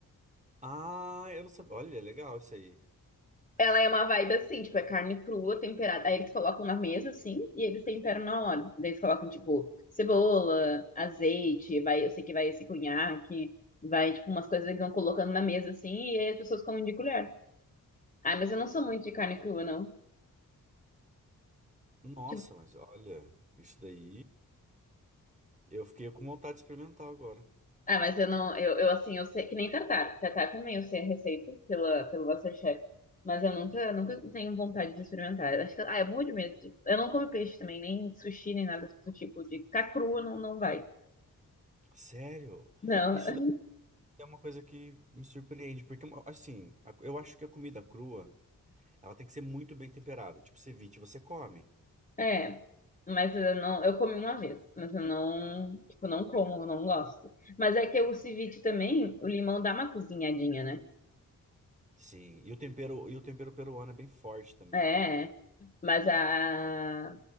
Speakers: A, on the right; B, on the left.
A: Ah, eu não sabia. Olha, legal isso aí.
B: Ela é uma vibe assim, tipo, é carne crua, temperada. Aí eles colocam na mesa, assim, e eles temperam na hora. Daí eles colocam, tipo, cebola, azeite, vai, eu sei que vai esse cunhaque, vai, tipo, umas coisas que eles vão colocando na mesa, assim, e aí as pessoas comem de colher. Ah, mas eu não sou muito de carne crua, não.
A: Nossa,
B: Tipo,
A: mas olha, isso daí. Eu fiquei com vontade de experimentar agora.
B: ah, mas eu não, eu, eu assim, eu sei, que nem tartar. Tartar também eu sei a receita pela, pelo Masterchef. Mas eu nunca, nunca tenho vontade de experimentar. Eu Acho que, ah, é morro de medo. de- Eu não como peixe também, nem sushi, nem nada do tipo de. Ficar crua não, não vai.
A: Sério?
B: Não,
A: Isso
B: <laughs>
A: daí é uma coisa que me surpreende, porque, assim, a- eu acho que a comida crua, ela tem que ser muito bem temperada. Tipo, ceviche você come.
B: é. Mas eu não, eu comi uma vez, mas eu não, tipo, não como, eu não gosto. Mas é que o ceviche também, o limão dá uma cozinhadinha, né?
A: Sim, e o tempero, e o tempero peruano é bem forte também.
B: É, mas a,